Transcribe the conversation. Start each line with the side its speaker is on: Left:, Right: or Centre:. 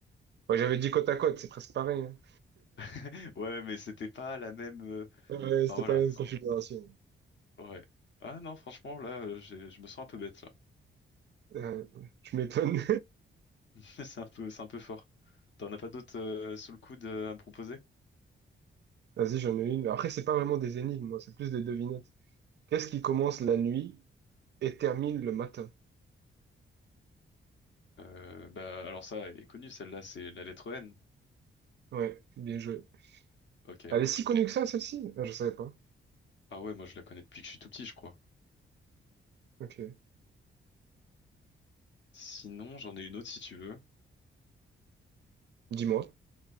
Right: Ouais, j'avais dit côte à côte, c'est presque pareil. hein.
Left: <laughs> Ouais, mais c'était pas la même. euh,
Right: Euh,
Left: Enfin
Right: c'était
Left: voilà.
Right: pas la même
Left: c'est-
Right: configuration.
Left: Ouais. Ah non, franchement, là, euh, j'ai- je me sens un peu bête là.
Right: Euh, tu m'étonnes.
Left: <laughs> C'est un peu, c'est un peu fort. T'en as pas d'autres euh, sous le coude euh, à me proposer?
Right: Vas-y, j'en ai une. Après, c'est pas vraiment des énigmes, moi, c'est plus des devinettes. Qu'est-ce qui commence la nuit et termine le matin?
Left: Euh, bah alors ça, elle est connue, celle-là, c'est la lettre N.
Right: Ouais, bien joué.
Left: Ok.
Right: Elle est si connue que ça, celle-ci? Ah, je savais pas.
Left: Ah ouais, moi je la connais depuis que je suis tout petit, je crois.
Right: Ok.
Left: Sinon, j'en ai une autre si tu veux.
Right: Dis-moi.